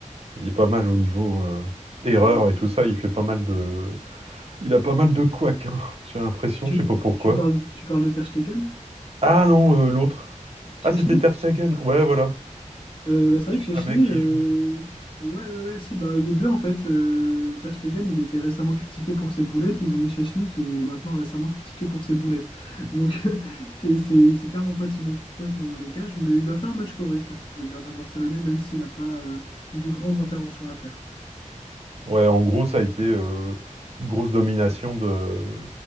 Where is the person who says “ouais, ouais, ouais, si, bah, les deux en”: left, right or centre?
Left